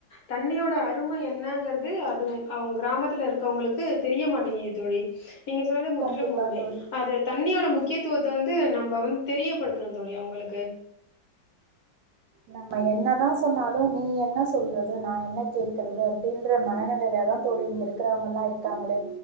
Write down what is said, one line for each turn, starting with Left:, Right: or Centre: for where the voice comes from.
Left: தண்ணியோட அருமை என்னங்கிறது அது அவங்க கிராமத்தில இருக்கவங்களுக்கு தெரிய மாட் <unintelligible> தோழி நீங்க சொன்னறது முற்றிலும்
Right: கண்டிப்பா
Left: உண்மை
Right: தோழி
Left: அது தண்ணியோட மு முக்கியத்துவத்தை வந்து நம்ம வந்து தெரியப்படுத்தணும் தோழி அவங்களுக்கு
Right: நம்ம என்னதான் சொன்னாலும் நீ என்ன ஸ் சொல்றது நான் என்ன கேட்கறது அப் அப்படின்ற மனநிலையில தான் தோழி இங்க இருக்றவங்கல்லாம் இருக்காங்களே